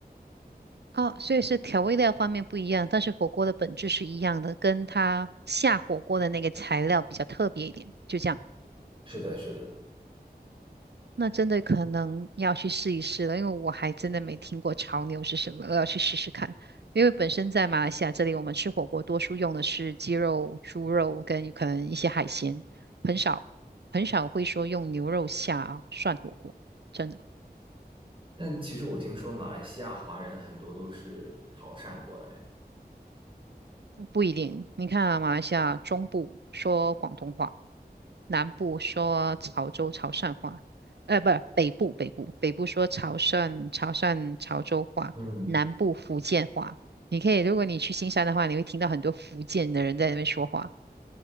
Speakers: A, on the right; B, on the right.
A: 哦，所以是调味料方面不一样，但是火锅的本质是一样的，跟它下火锅的那个材料比较特别一点，就这样。
B: 是的，是的。
A: 那真的可能要去试一试了，因为我还真的没听过潮牛是什么，我要去试试看。因为本身在马来西亚这里，我们吃火锅多数用的是鸡肉、猪肉跟可能一些海鲜，很少很少会说用牛肉下涮火锅，真的
B: 但其实我听说马来西亚华人很多都是潮汕过来的。
A: 不一定。你看啊，马来西亚中部说广东话。南部说潮州潮汕话，呃，不，是北部北部北部说潮汕潮汕潮州话，
B: 嗯，
A: 南部福建话。你可以，如果你去新山的话，你会听到很多福建的人在那边说话。